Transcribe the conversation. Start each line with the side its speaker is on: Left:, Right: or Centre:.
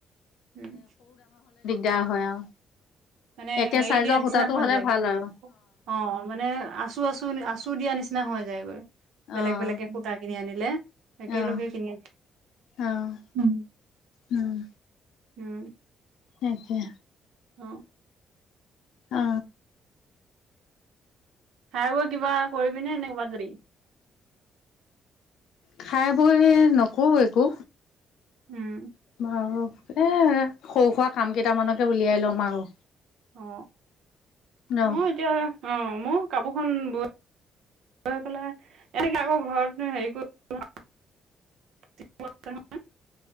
Right: উম।
Left: দাৰ হয় আৰু।
Right: মানে
Left: একে
Right: হেৰি
Left: চাইজৰ
Right: দিয়া নিচিনা
Left: সূতাটো
Right: হৈ
Left: হ'লে
Right: যায়
Left: ভাল আৰু
Right: অ মানে। আছো আছো আচুৰ দিয়া নিচিনা হৈ যায়গৈ। বেলেগ
Left: অ',
Right: বেলেগ সূতা কিনি আনি। হলে। একেলগে
Left: অ',
Right: কিনি আনি।
Left: অ',
Right: <unintelligible>
Left: উম,
Right: উম।
Left: তাকে।
Right: অ।
Left: অ।
Right: খাই বৈ কিবা কৰিবিনে এনে কবাত যাবি।
Left: খাই বৈ নকওঁ একো।
Right: উম।
Left: বাৰু এ সৰু সুৰা কাম কেইটামানকে উলিয়াই লম আৰু।
Right: অ
Left: ন
Right: মই এতিয়া। অ মোৰ কাপোৰখন বৈ বৈ পেলাই এনেকে আকৌ ঘৰত হেৰি কৰি।